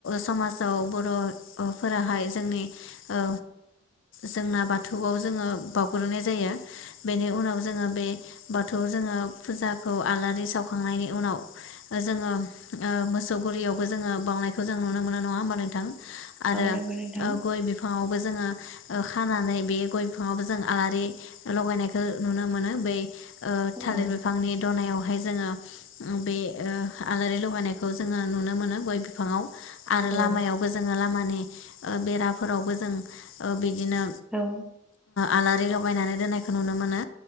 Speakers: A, on the left; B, in the centre.
A: समाजाव बर' फोराहाय औ जोंना बाथौआव जोङो बावउग्रोनाय जायो बेनि उनाव जोङो बे बाथौआव जोङो फुजाखौ आलारि सावखांनायनि उनाव जोङो ओ मोसौगुलियाव जों बावनाय खौ जों नुनो मोनो नङा होमबा नोंथां आरो
B: नंगौ नोंथां
A: गय बिफांआवबो जोङो खानानै बे गय बिफाङावबो जों आलारि लगायनायखौ नुनो मोनो बै ओ थालिर
B: औ
A: बिफांनि दनायाव जों उम बे ओ आलारि लगाय होनायखौ जोङो नुनो मोनो गय बिफाङाव आरो
B: औ
A: लामायावबो जोङो लामानि बेराफोरावबो जों ओ बे बिदिनो
B: औ औ
A: आलारि होनानै दोननायखौ नुनो मोनो।